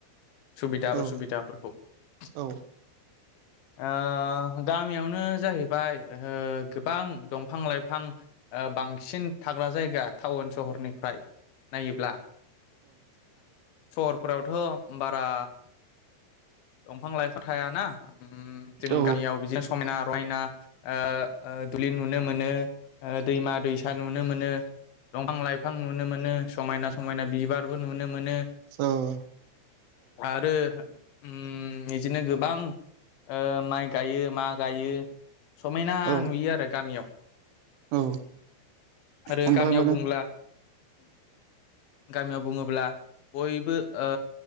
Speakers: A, on the left; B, on the right.
A: सुबिदा
B: औ
A: असुबिदाफोरखौ ।
B: औ
A: आ गामियावनो जाहैबाय ओ गोबां दंफां लाइफां बांसिन थाग्रा जायगा टाउन सहरनिफ्राय नायोब्ला सहरफोरावथ' बारा दंफां लाइफा थायाना उम । जों
B: औ
A: गामियाव बिदिनो समायना रायना आ ओ दुलिन नुनो मोनो । दैमा दैसा नुनो मोनो । दंफां लाइफां नुनो मोनो समायना समायना बिबारबो नुनो मोनो ।
B: औ
A: आरो उम इजिनो गोबां ओ माइ गायो मा गायो । समायना
B: औ
A: नुयो आरो गामियाव ।
B: औ
A: आरो
B: ओमफ्राय
A: गामियाव
B: माने
A: बुंब्ला गामियाव बुंङोब्ला बयबो ओ